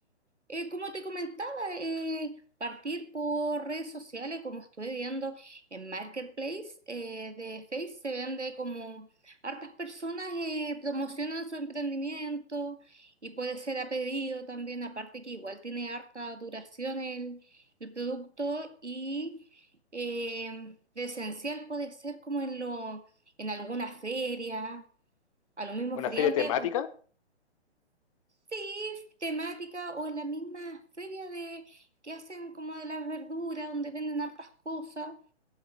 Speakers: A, on the right (about 80°); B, on the left (about 30°).
A: Eh, como te comentaba, eh, partir por redes sociales, como estoy viendo en Marketplace eh, de Face, se vende como hartas personas eh, promocionan su emprendimiento y puede ser a pedido también, aparte que igual tiene harta duración el, el producto y eh, presencial puede ser como en, lo, en alguna feria, a los mismos
B: ¿Una
A: feriantes.
B: feria temática?
A: o Sí, temática o en la misma feria de que hacen como de las verduras, donde venden hartas cosas.